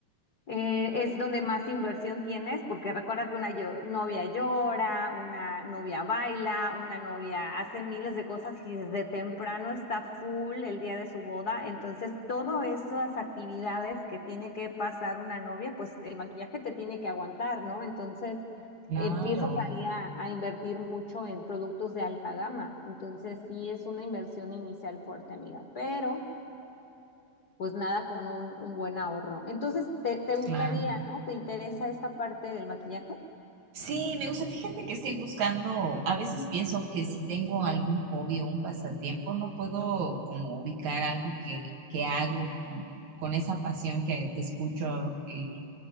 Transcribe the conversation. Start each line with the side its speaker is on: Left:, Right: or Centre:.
Left: eh, es donde más inversión tienes, porque recuerda que una llo- novia llora, una novia baila, una novia hace miles de cosas y desde temprano está full el día de su boda. Entonces, todas esas actividades que tiene que pasar una novia, pues el maquillaje te tiene que aguantar, ¿no? Entonces,
Right: Claro.
Left: empiezas ahí a, a invertir mucho en productos de alta gama. Entonces, sí es una inversión inicial fuerte, amiga, pero pues nada con un, un buen ahorro. Entonces, te, te gustaría,
Right: Claro.
Left: ¿no? ¿Te interesa esta parte del maquillaje?
Right: Sí, me gusta. Fíjate que estoy buscando, a veces pienso que si tengo algún hobby o un pasatiempo, no puedo como ubicar algo que, que hago con, con esa pasión que, que escucho. eh,